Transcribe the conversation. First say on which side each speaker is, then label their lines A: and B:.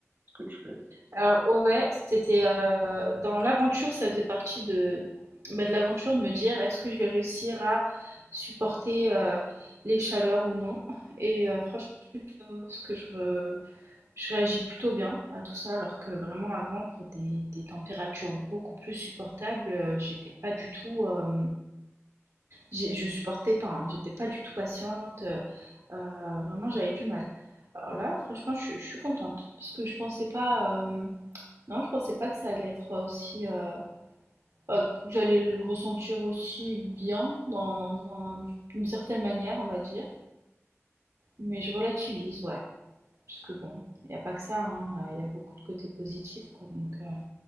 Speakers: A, on the right (about 45°); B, on the right (about 70°).
A: ce que tu fais?
B: Alors ouais, c'était euh, dans l'aventure, ça faisait partie de, bah, de l'aventure de me dire est-ce que je vais réussir à supporter euh, les chaleurs ou non. Et euh, franchement, parce que je, euh, je réagis plutôt bien à tout ça, alors que vraiment avant, pour des, des températures beaucoup plus supportables, euh, j'étais pas du tout, euh, j'ai- je supportais pas, hein, j'étais pas du tout patiente, euh, euh, vraiment j'avais du mal. Alors là, franchement, je, suis je suis contente, parce que je pensais pas, euh, non, je pensais pas que ça allait être aussi. euh, bah, que j'allais le ressentir aussi bien, dans un- d'une certaine manière, on va dire. Mais je relativise, ouais. Parce que bon, il n'y a pas que ça, hein, il y a beaucoup de côtés positifs, quoi. Donc, euh,